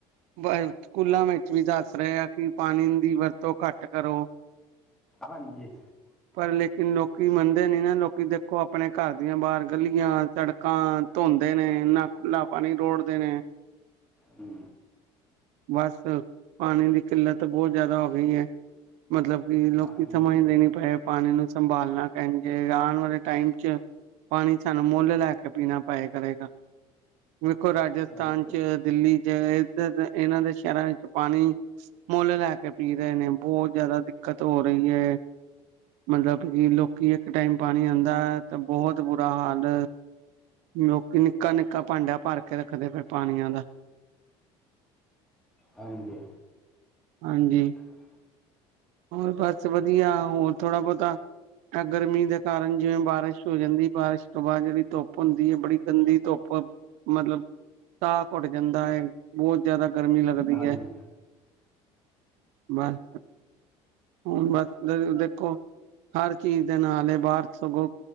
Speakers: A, on the right; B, in the centre.
A: ਬ ਸੂਕੂਲਾਂ ਵਿੱਚ ਵੀ ਦਾੱਸ ਰਏ ਆ ਕਿ ਪਾਣੀ ਦੀ ਵਰਤੋਂ ਘਾੱਟ ਕਰੋ।
B: ਹਾਂਜੀ।
A: ਪਰ ਲੇਕਿਨ ਲੋਕੀ ਮੰਨਦੇ ਨੀ ਨਾ, ਲੋਕੀ ਦੇਖੋ ਅਪਨੇ ਘਾਰ ਦੀਆਂ ਬਾਰ ਗਲੀਆਂ ਸੜਕਾਂ ਧੋਂਦੇ ਨੇ, ਇੰਨਾ ਖੁੱਲਾ ਪਾਣੀ ਰੋੜਦੇ ਨੇ।
B: ਹੂੰ।
A: ਬਾੱਸ ਪਾਨੀ ਦੀ ਕਿੱਲਤ ਬੋਤ ਜਾਦਾ ਹੋ ਗਈ ਐ। ਮਤਲਬ ਕਿ ਲੋਕੀ
B: ਹਾਂਜੀ
A: ਸਮਜਦੇ
B: ਹਾਂਜੀ,
A: ਨੀ ਪਏ ਪਾਨੀ ਨੂੰ ਸੰਭਾਲਨੈ। ਭੈਣ ਜੀ। ਆਉਣ ਵਾਲੇ ਟਾਈਮ ਚ ਪਾਣੀ ਸਾਨੂੰ ਮੁੱਲ ਲਾਇ ਕੇ ਪੀਣਾ ਪਏ ਕਰੇਗਾ। ਵੇਖੋ ਰਾਜਸਥਾਨ
B: ਹਾਂਜੀ
A: ਚ ਦਿੱਲੀ ਚ। ਇਹਨਾਂ ਦੇ ਸ਼ਹਿਰਾਂ ਵਿੱਚ ਪਾਣੀ। ਮੁੱਲ ਲੈ ਕੇ ਪੀ ਰਹੇ ਨੇ। ਬਹੁਤ ਜਿਆਦਾ ਦਿੱਕਤ ਹੋ ਰਹੀ ਹੈ। ਮਤਲਬ ਕਿ ਲੋਕੀ ਇੱਕ ਟਾਈਮ ਪਾਣੀ ਆਉਂਦਾ। ਤੇ ਬਹੁਤ ਬੁਰਾ ਹਾਲ ਲੋਕੀ ਨਿੱਕਾ ਨਿੱਕਾ ਭਾਂਡਾ ਭਰ ਕੇ ਰੱਖਦੇ ਪਏ। ਪਾਣੀਆਂ ਦੀਆਂ।
B: ਹਾਂਜੀ।
A: ਹਾਂਜੀ।
B: ।
A: ਹੋਰ ਬਸ ਵਧੀਆ ਹੋਰ ਥੋੜਾ ਬੋਤਾ। ਗਰਮੀ ਦੇ ਕਾਰਨ ਜਿਵੇਂ ਬਾਰਿਸ਼ ਹੋ ਜਾਂਦੀ। ਬਾਰਿਸ਼ ਤੋਂ ਬਾਦ ਜੇਹੜੀ ਧੁੱਪ ਹੁੰਦੀ ਐ। ਬੜੀ ਗੰਦੀ ਧੁੱਪ। ਮਤਲਬ ਸਾਹ ਘੋਟ ਜਾਂਦਾ ਏ। ਬੋਤ ਜਆਦਾ ਗਰਮੀ ਲੱਗਦੀ।
B: ਹਾਂਸੀ।
A: ਹੈ ਬਸ। ਹੁਣ ਬਸ ਦੇਖੋ। ਹਰ ਚੀਜ਼ ਦੇ ਨਾਲ ਏ ਬਾਰ ਸਗੋਂ।